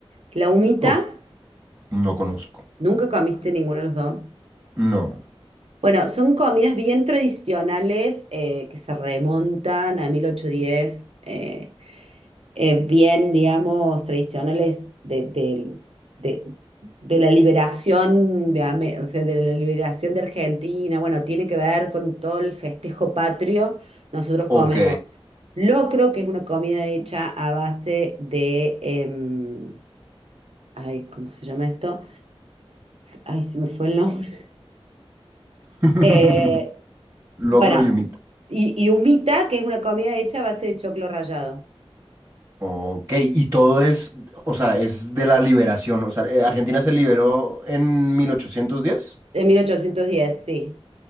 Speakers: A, on the right; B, on the right.
A: La humita,
B: Oh, no conozco.
A: nunca comiste ninguno de los dos.
B: No.
A: Bueno, son comidas bien tradicionales eh, que se remontan a 1810. eh, eh, bien, digamos, tradicionales de, del- de- de la liberación de, Ame- o sea, de la liberación de Argentina. Bueno, tiene que ver con todo el festejo patrio. Nosotros
B: Ok.
A: comemos locro, que es una comida hecha a base de, em, ay, ¿cómo se llama esto? Ay, se me fue el nombre. <laughs>
B: <laughs>
A: Eh,
B: Logro
A: bueno,
B: y humita.
A: y, y humita, que es una comida hecha a base de choclo rallado,
B: Ok, y todo es, o sea, es de la liberación. O sea, eh, Argentina se liberó en 1810.
A: de 1810, sí,